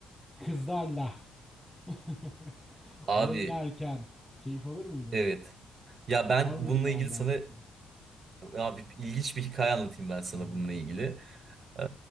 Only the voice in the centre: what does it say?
Kızlarla <laughs>
oynarken keyif alır mıydın
bunu?
Var mıydı
mahalle
aşkın?
Anlat
bakalım.